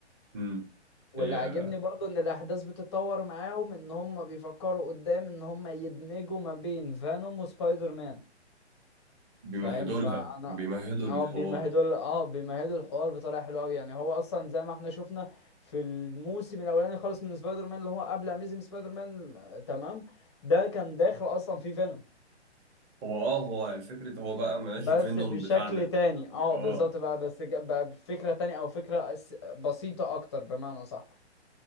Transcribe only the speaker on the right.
<laughs> أمم.
هي
بيمهدوا
لها بيمهدوا
الحوار
هو اه هو الفكرة هو بقى مبقاش
فينوم
بتاعنا
اه